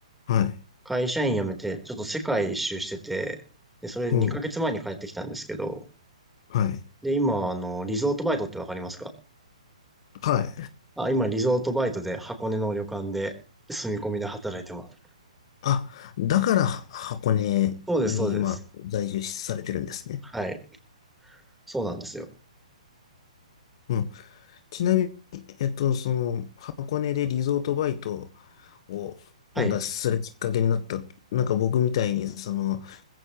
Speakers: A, on the left; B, in the centre.
A: はい。
B: 会社員辞めてちょっと世界一周してて、で、それ2ヶ月前に帰ってきたんですけど、
A: うん。はい。
B: で、今、あの、リゾートバイトってわかりますか
A: はい。
B: あ、今、リゾートバイトで箱根の旅館で住み込みで働いてます。
A: あ、だから、箱根に今、
B: そうです、そうです。
A: 在住されてるんですね。
B: はい。そうなんですよ。
A: うん。ちなみに、えっと、その、箱根でリゾートバイトを、
B: はい。
A: なんかするきっかけになった。なんか僕みたいに、その、